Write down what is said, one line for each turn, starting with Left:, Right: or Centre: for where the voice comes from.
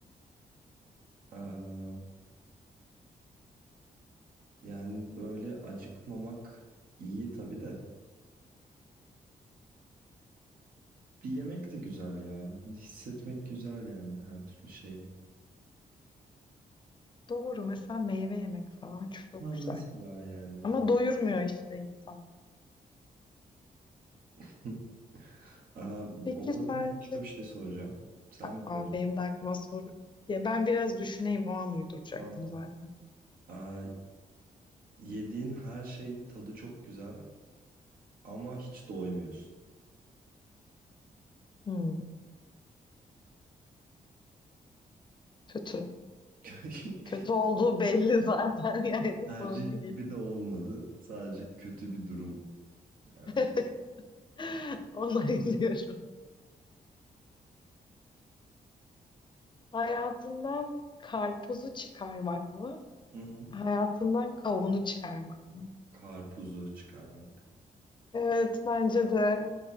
Right: aa, yani böyle acıkmamak iyi tabii de. Bir yemek de güzel ya. Hissetmek güzel yani her türlü şeyi.
Left: Doğru mesela meyve yemek falan çok
Right: Ha
Left: güzel.
Right: mesela yani.
Left: Ama doyurmuyor işte insan.
Right: <laughs> Aa,
Left: Peki
Right: o zaman
Left: sence?
Right: başka bir şey soracağım. Sen mi
Left: Aa,
Right: soracaksın?
Left: benim de aklıma soru. Ya ben biraz düşüneyim o an uyduracaktım
Right: Tamam.
Left: zaten.
Right: Aa, yediğin her şeyin tadı çok güzel ama hiç doymuyorsun.
Left: Hmm, kötü.
Right: <laughs>
Left: Kötü olduğu belli zaten <laughs> yani
Right: Tercih
Left: sorumun ilk.
Right: gibi de olmadı. Sadece kötü bir durum yani.
Left: <laughs> Onaylıyorum. Hayatından karpuzu çıkarmak mı?
Right: Hı hı.
Left: Hayatından kavunu çıkarmak mı?
Right: Karpuzu çıkarmak.
Left: Evet bence de.